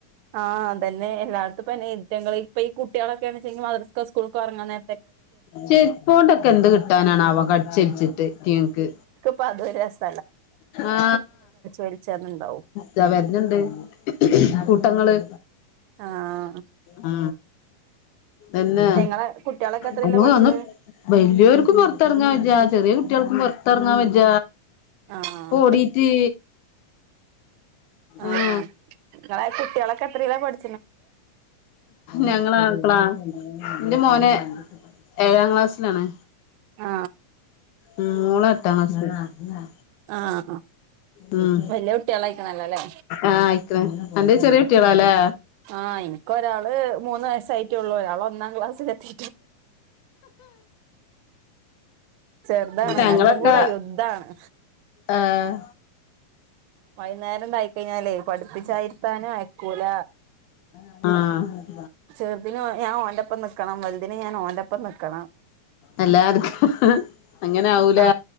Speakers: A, on the right; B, on the left.
A: ആഹ് അതന്നെ എല്ലട്ത്തും ഇപ്പം ഈറ്റങ്ങൾ ഇപ്പ ഈ കുട്ടികൾ ഒക്കെ ആണ്ചെങ്കി മദ്രസ്കോ സ്കൂൾക്കോ കറങ്ങ്ണെ
B: ചെര്പ്പോണ്ടൊക്കെ എന്ത് കിട്ടാനാണവാം കടിച്ചലിച്ചിട്ട് അയിറ്റങ്ങക്ക്
A: പ്പ അതൊരു രസം
B: ആ
A: വലിച്ചാന്നുണ്ടാവും
B: ക വെരുന്നുണ്ട് കൂട്ടങ്ങള്
A: ആഹ്
B: ആ എന്നെ
A: നിങ്ങളെ കുട്ടികളൊക്കെ എത്രയിലാ
B: നമ്മക്
A: പഠിച്ചത്
B: വന്ന് വലിയോർക്കും പുറത്തിറങ്ങാൻ വജ്ജാ ചെറിയ കു കുട്ടികൾക്കും പുറത്തിറങ്ങാൻ വെജ്ജ
A: ആഹ്
B: ഇപ്പൊ ഓടീറ്റ്
A: ആ
B: ആഹ്
A: ഇങ്ങളെ കുട്ടികളൊക്കെ എത്രയിലാ പഠി
B: ഞങ്ങളെ ആക്കളാ എന്റെ മോൻ ഏഴാം ക്ലാസ്സിലാണ്
A: ആ
B: ഉം മോള് എട്ടാം ക്ലാസ്
A: ആഹ്
B: ഉം
A: വലിയ കുട്ടികളായിക്കണല്ലോ അല്ലേ
B: ആഹ് ആയിക്ക്ണ് അന്റത് ചെറിയ കുട്ടികളാലേ
A: ആഹ് ഇനിക്കൊരാള് മൂന്ന് വയസ്സായിട്ടൊള്ളു ഒരാള് ഒന്നാം ക്ലാസ്സിൽ എത്തി ചെറുതാണ്
B: ഞങ്ങളൊക്കെ
A: രണ്ടും കൂടെ യുദ്ധാണ്
B: ആഹ്
A: വൈന്നേരംണ്ടായിക്കഴിഞ്ഞാലേ പഠിപ്പിച്ചായിര്ത്താനും അയക്കൂല.
B: ആഹ്
A: ചെർതിന് ഞാൻ ഓന്റപ്പം നിക്കണം വല്തിന് ഞാൻ ഓന്റപ്പം നിക്കണം.
B: എല്ലാര്ക്കും അങ്ങനെ ആവൂലേ
A: ആ